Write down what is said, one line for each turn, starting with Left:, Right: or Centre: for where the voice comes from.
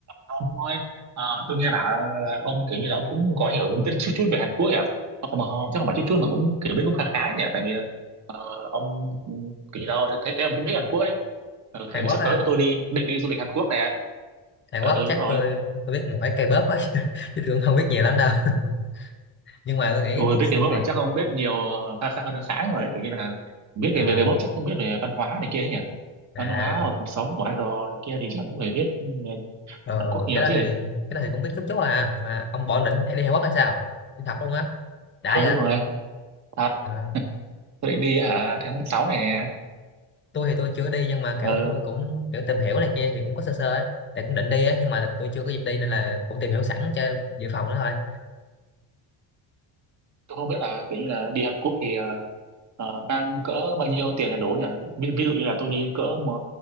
Right: Ông ơi, ờ, tôi nghe bảo là ông kiểu như là ông cũng có hiểu biết chút chút về Hàn Quốc nhỉ? Ờ, Không mà không, chắc không phải chút chút mà cũng kiểu biết cũng khá khá nhỉ? Tại vì ờ, ông ừ, kiểu như đâu thấy, thấy ông cũng thích Hàn Quốc ấy. Ừ,
Left: Hàn
Right: tại vì
Left: Quốc
Right: sắp
Left: á
Right: tới
Left: hả?
Right: tôi đi định đi du lịch Hàn Quốc nè.
Left: Hàn
Right: Ờ,
Left: Quốc
Right: Ừ
Left: chắc
Right: đúng rồi.
Left: tôi tôi biết mỗi K-pop á <laughs> chứ tôi cũng không biết nhiều lắm đâu <laughs> nhưng mà tôi nghĩ
Right: Ôi biết K-pop
Left: này
Right: là chắc ông biết nhiều ờ, khá khá hơn khá rồi ấy. Kiểu như là biết về
Left: à
Right: về K-pop chắc không biết về văn hóa này kia ấy nhỉ?
Left: à
Right: Văn hóa hoặc cuộc sống của idol này kia thì chắc cũng phải biết ừ, về
Left: ờ,
Right: Hàn Quốc nhiều
Left: cái đó
Right: chứ.
Left: thì cái đó thì cũng biết chút chút à mà ông bỏ định hay đi Hàn Quốc hay sao đi học luôn á đã
Right: Ừ
Left: vậy
Right: đúng rồi. Thật,
Left: à.
Right: tôi định đi hả tháng 6 này nè.
Left: tôi thì tôi chưa đi nhưng mà kiểu
Right: Ừ
Left: tôi cũng kiểu tìm hiểu này kia thì cũng có sơ sơ ấy tại cũng định đi á nhưng mà tôi chưa có dịp đi nên là cũng tìm hiểu sẵn cho dự phòng đó thôi
Right: tôi không biết là kiểu như là đi Hàn Quốc thì ờ, ờ, mang cỡ bao nhiêu tiền là đủ nhỉ ví, ví dụ như là tôi đi cỡ mà